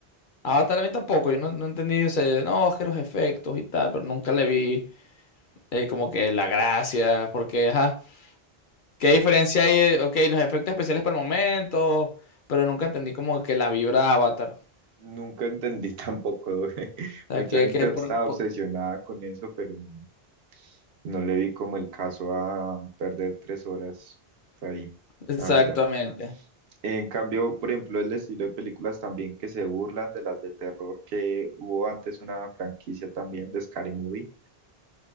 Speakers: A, on the left (about 60°); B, on the right (about 80°).
A: Avatar a mí tampoco, yo no, no entendí, o sea, yo, no, es que los efectos y tal, pero nunca le vi eh, como que la gracia, porque, ajá, ¿qué diferencia hay? eh, Ok, los efectos especiales para el momento, pero nunca entendí como que la vibra Avatar,
B: Nunca entendí tampoco, <laughs>
A: o
B: Mucha
A: sea, que,
B: gente
A: que
B: estaba
A: por- por-
B: obsesionada con eso, pero no, no le vi como el caso a perder tres horas ahí,
A: exactamente.
B: la verdad. En cambio, por ejemplo, el estilo de películas también que se burlan de las de terror, que hubo antes una franquicia también de Scary Movie,